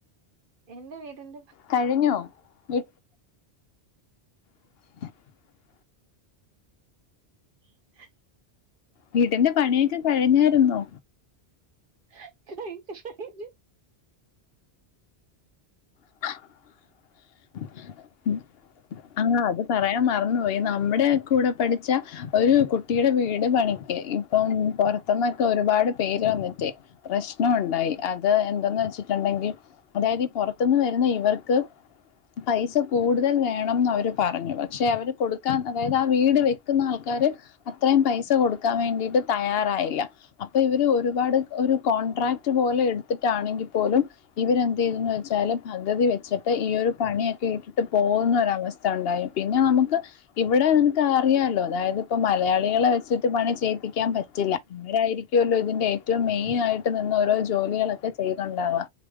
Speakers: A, on the right; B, on the left.
A: എന്റെ വീടിന്റെ
B: കഴിഞ്ഞോ വീ <unintelligible>
A: <unintelligible>
B: വീടിന്റെ പണിയൊക്കെ കഴിഞ്ഞായിരുന്നോ
A: <unintelligible> കഴച്ച കഴച്
B: <unintelligible> ആഹ് അത് പറയാൻ മറന്ന്പോയി നമ്മുടെ കൂടെ പഠിച്ച ഒരു കുട്ടിയുടെ വീട് പണിക്ക് ഇപ്പം പൊറത്ത്ന്നൊക്കെ ഒരുപാട് പേര് വന്നിട്ട് പ്രശ്നം ഉണ്ടായി അത് എന്താന്ന് വെച്ച്ട്ട്ണ്ടെങ്കി അതായതീ പൊറ ത്ത്ന്ന് വര്ന്ന ഇവർക്ക് പൈസ കൂട്തൽ വേണംന്ന് അവര് പറഞ്ഞു പക്ഷെ അവര് കൊടുക്കാൻ അതായത് ആ വീട് വെക്ക്ന്നാൾക്കാര് അത്രയും പൈസ കൊട്ക്കാൻ വേണ്ടി ട്ട്തയ്യാറായില്ല അപ്പൊ ഇവര് ഒരുപാട് ഒര് കോൺട്രാക്ട് പോലെ എട്ത്തിട്ടാണെങ്കിപ്പോലും ഇവരെന്തെയ്തെന്ന് വെ ച്ചാല് പകുതി വെച്ചിട്ട് ഈ ഒരു പണിയൊക്കെ ഇട്ടിട്ട് പോകുന്ന ഒരവസ്ഥ ഉണ്ടായി പിന്നെ നമുക്ക് ഇവിടെ നിൻക്ക് അറിയാലോ അതായത് ഇപ്പ മലയാളികളെ വെച്ചിട്ട് പണി ചെയ്യിപ്പിക്കാൻ പറ്റില്ല ആവരായിരിക്കുവല്ലോ ഇതിന്റെ ഏറ്റവും മെയിൻ ആയിട്ട് നിന്ന് ഓരോ ജോലികളൊക്കെ ചെയ്ന്ന്ണ്ടാവാ